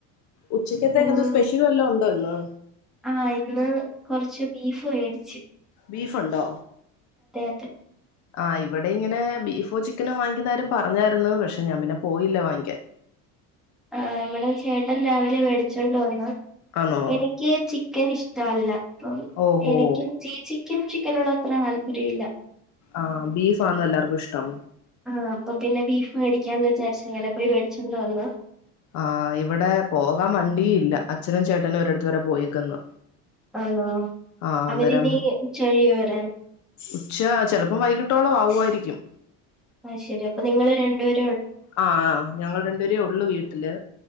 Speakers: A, on the left (about 50°); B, in the centre.
A: ഉച്ചക്കത്തെ
B: ഉം,
A: എന്തോ സ്പെഷ്യൽ വല്ലോ ഉണ്ടോ ഇന്ന്
B: ആ ഇന്ന് കൊറച്ച് ബീഫ് മേടിച്
A: ബീഫുണ്ടോ
B: അതെ
A: ആ ഇവിടെ ഇങ്ങനെ ബീഫോ ചിക് ത്തിന് വാങ്ങിക്കുന്നാരം പറഞ്ഞായ്ര്ന്ന് പക്ഷെ ഞാൻ പിന്നെ പോയില്ല വാങ്ങിക്കാൻ
B: ആ ഇവിടെ ചേട്ടൻ രാവിലെ മേടിച്ചോണ്ട് വന്ന
A: ആണോ
B: എനിക്ക് ചിക്കൻ ഇഷ്ടവല്ല അപ്പം
A: ഓഹോ
B: എനിക്കും ചേച്ച് ക്കും ചിക്കനോട് അത്ര താല്പര്യമില്ല
A: ആഹ ബീഫ് ആന്നോ എല്ലാർക്കും ഇഷ്ടം
B: ആഹ അപ്പൊ പിന്നെ ബീഫ് മേടിക്കാന്ന് വിചാരിച്ച അങ്ങനെ പോയി മേടിച്ചണ്ട് വന്ന
A: ആഹ് ഇവിടെ പോകാൻ വണ്ടി ഇല്ല അച്ച് ച്ഛനും ചേട്ടനും ഒരിടത്തുവരെ പോയേക്കന്ന്
B: ആണോ
A: ആഹ
B: അവരിനി
A: അന്നരം
B: ഉച്ചകഴിയോ വരാൻ
A: ഉച്ച ചെലപ്പം വൈകിട്ടോള ആവു രിക്കും
B: ആഹ ശരി അപ്പ നിങ്ങള് രണ്ടുപേര്
A: ആഹ് ഞങ്ങൾ രണ്ടുപേരേ ഒള്ളു വീട്ടില്